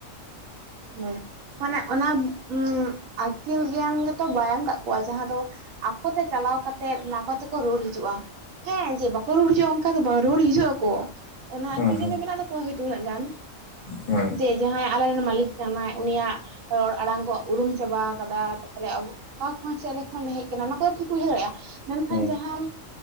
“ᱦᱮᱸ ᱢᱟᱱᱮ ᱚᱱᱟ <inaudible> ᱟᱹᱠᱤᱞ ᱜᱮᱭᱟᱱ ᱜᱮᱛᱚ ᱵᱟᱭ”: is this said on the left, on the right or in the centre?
Right